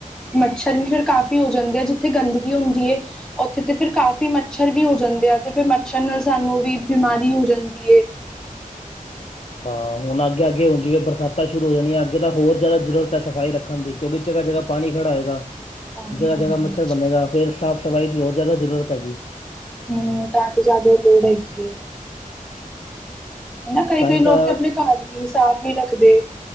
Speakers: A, in the centre; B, on the left.
A: ਮੱਛਰ ਵੀ ਫਿਰ ਕਾਫ਼ੀ ਹੋ ਜਾਂਦੇ ਜਿੱਥੇ ਗੰਦਗੀ ਹੁੰਦੀ ਐ। ਉੱਥੇ ਤੇ ਫਿਰ ਕਾਫੀ ਮੱਛਰ ਵੀ ਹੋ ਜਾਂਦੇ ਆ ਤੇ ਫਿਰ ਮੱਛਰ ਨਾਲ ਸਾਨੂੰ ਵੀ ਬਿਮਾਰੀ ਹੋ ਜਾਂਦੀ ਏ।
B: ਹਾਂ ਹੁਣ ਅੱਗੇ-ਅੱਗੇ ਹੁਣ ਜਿਵੇਂ ਬਰਸਾਤਾਂ ਸ਼ੁਰੂ ਹੋ ਜਾਣੀਆਂ ਅੱਗੇ ਤਾਂ ਹੋਰ ਜਾਦਾ ਜ਼ਰੂਰਤ ਹੈ ਸਫ਼ਾਈ ਰੱਖਣ ਦੀ ਕਿਉਂਕਿ ਜਗਾ-ਜਗਾ ਪਾਣੀ ਖੜਾ ਹੋਏਗਾ।
A: ਪਾਣੀ
B: ਜਗ੍ਹਾ-ਜਗ੍ਹਾ
A: ਹਾਂਜੀ
B: ਮੱਛਰ ਬਣੇਗਾ ਫੇਰ ਸਾਫ਼ ਸਫ਼ਾਈ ਦੀ ਹੋਰ ਜਾਦਾ ਜ਼ਰੂਰਤ ਹੈਗੀ।
A: ਹੂੰ ਤਾਂ ਤੇ ਜਾਦਾ ਈ ਲੋੜ ਹੈਗੀ ਏ। ਹਨਾ ਕਈ-ਕਈ
B: ਤਾਂ ਹੀ
A: ਲੋਕ
B: ਤਾਂ
A: ਤੇ ਆਪਣੇ ਘਰ ਵੀ ਸਾਫ਼ ਨਈ ਰੱਖਦੇ।